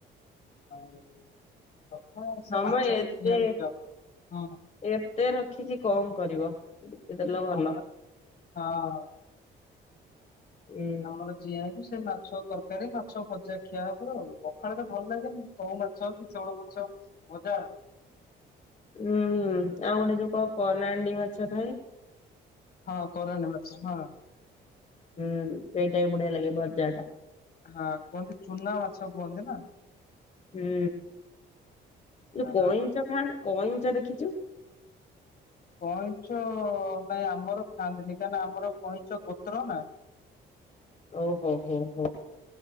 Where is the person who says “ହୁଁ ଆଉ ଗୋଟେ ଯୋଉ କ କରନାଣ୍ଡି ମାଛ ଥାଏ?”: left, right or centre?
Left